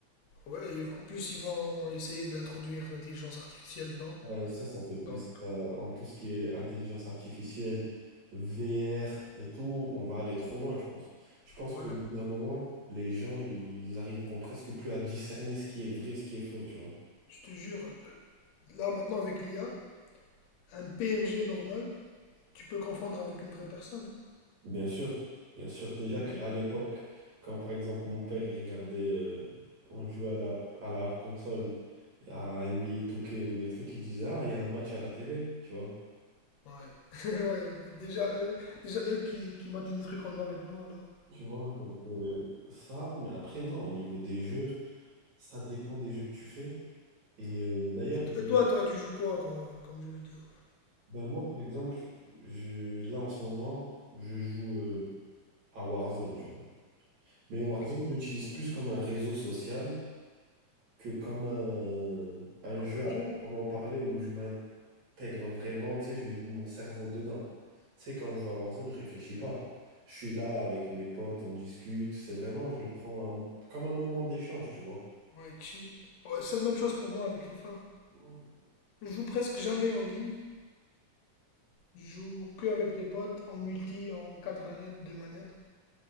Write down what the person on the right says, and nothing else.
Euh, ça, ça fait, mais
ça, ça- en tout ce qui est intelligence artificielle, VR et tout, on va aller trop loin, je pense. Je pense
qu'au bout d'un moment, les gens, ils arriveront presque plus à discerner ce qui est vrai, ce qui est faux, tu vois.
Bien sûr, bien sûr. Déjà
qu'à l'époque, quand par exemple mon père il regardait, euh, on jouait à la, à la console, à NBA 2K ou des trucs, il disait Ah, il y a un match à la télé, tu vois.
Tu vois, donc euh, ça, mais après, non, au niveau des jeux, ça dépend des jeux que tu fais. Et euh, d'ailleurs,
euh,
ben moi par exemple, je, là en ce moment, je joue euh, à Warzone, tu vois. Mais Warzone,
je l'utilise plus comme un réseau social que comme un, un
jeu
à
proprement parler où je m'intègre vraiment, tu sais, je mets mon cerveau dedans. Tu sais, quand je joue à Warzone, je réfléchis pas. Je suis là avec mes potes, on discute. C'est vraiment, je le prends un- comme un moment d'échange, tu vois.
Ouais.